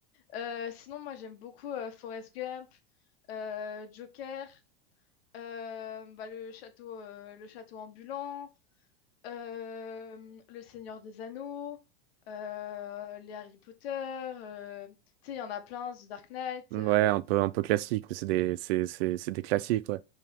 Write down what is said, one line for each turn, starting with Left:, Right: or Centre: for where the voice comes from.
Left: Euh, sinon, moi, j'aime beaucoup euh, Forrest Gump, euh, Joker. Euh, bah, le château, euh, le château ambulant, euh, le Seigneur des Anneaux, euh, les Harry Potter, euh, tu sais, il y en a plein, The Dark Knight.
Right: Ouais,
Left: euh,
Right: un peu, un peu classique, mais c'est des, c'est, c'est, c'est des classiques, ouais.